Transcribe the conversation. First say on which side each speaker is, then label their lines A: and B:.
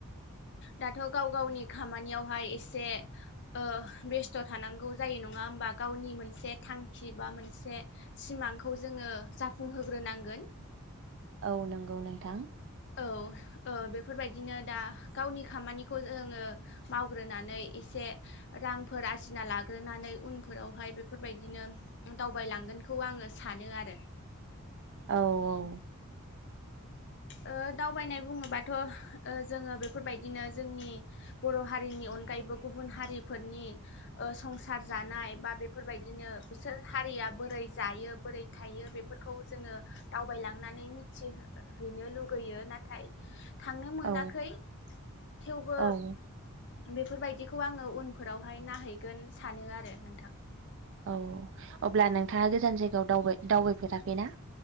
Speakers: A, on the left; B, on the right.
A: दाथ' गाव गावनि खामानियावहाय एसे ओ बेस्थ' थानांगौ जायो नङा नङा होमबा गावनि मोनसे थांखि बा मोनसे सिमांखौ जोङो जाफुंहोग्रोनांगोन।
B: औ नंगौ नोंथां।
A: औ बेफोरबायदिनो दा गावनि खामानिखौ जोङो मावग्रोनानै एसे रांफोर आरजिना लाग्रोनानै उनफोरावहाय बेफोरबायदिनो दावबायलांगोनखौ आङो सानो आरो।
B: औ औ
A: ओ दावबायनाय बुङोबाथ' ओ जोङो बेफोरबायदिनो जोंनि बर' हारिनि अन अनगायैबो गुबुन हारिफोरनि ओ संसार जानाय बा बेफोरबायदिनो बिसोर हारिया बोरै जायो बोरै थायो बेफोरखौ जोङो दावबायलांनानै मिथिहैनो लुगैयो नाथाय। थांनो मोनाखै
B: औ
A: थेवबो
B: औ
A: बेफोरबायदिखौ आङो उनफोरावहाय नायहैगोन सानो आरो नोंथां।
B: औ अब्ला नोंथाङा गोजान जायगायाव दावबाय दावबायफेराखै ना?